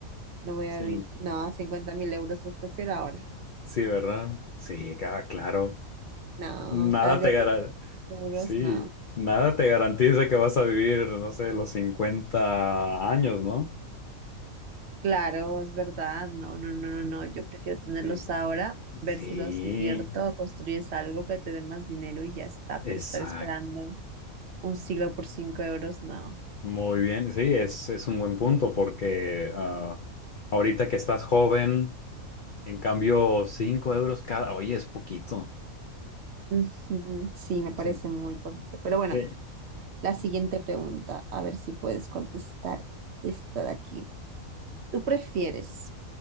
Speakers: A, on the right; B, on the left.
A: No voy a
B: Sí,
A: vivir, no, cincuenta mil euros los prefiero ahora.
B: sí, ¿verdad? Sí, ca- claro.
A: No,
B: Nada
A: cada día
B: te gara-
A: que tengo euros,
B: sí,
A: no.
B: nada te garantiza que vas a vivir, no sé, los cincuenta años, ¿no?
A: Claro, es verdad, no, no, no, no, no, yo prefiero tenerlos
B: Sí,
A: ahora, ver
B: sí,
A: si los invierto o construyes algo que te dé más dinero y ya está,
B: exacto.
A: pero estar esperando un siglo por cinco euros, no.
B: Muy bien, sí, es, es un buen punto porque ah, ahorita que estás joven, en cambio, cinco euros cada, oye, es poquito.
A: Ujú, Sí, me parece
B: Sí,
A: muy poquito. Pero bueno,
B: sí.
A: la siguiente pregunta, a ver si puedes contestar esta de aquí. ¿Tú prefieres